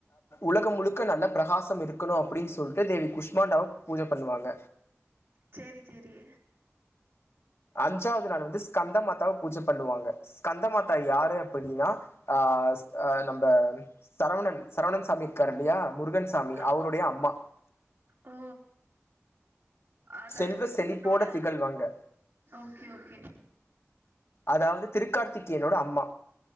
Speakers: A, on the left; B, on the right.
A: உலகம் முழுக்க நல்ல பிரகாசம் இருக்கணு அப்டின்னு சொல்ட்டு தேவி குஷ்மாண்டாவ பூஜ பண்ணுவாங்க
B: சேரி சேரி
A: அஞ்சாவது நாள் வந்து ஸ்கந்த மாதாவ பூஜ பண்ணுவாங்க ஸ்கந்த மாதா யாரு அப்டின்னா அ ஆ அஸ் அ நம்ப சரவணன் சரவணன்சாமி இருக்காரு இல்லையா முருகன்சாமி
B: அப்
A: அவருடைய அம்மா
B: ஓ அதாவது
A: செல்வ
B: சிவனோட
A: செழிப்போட திகழ்வாங்க
B: ஓகே ஓகே
A: அதாவது திரு கார்த்திகேயனோட அம்மா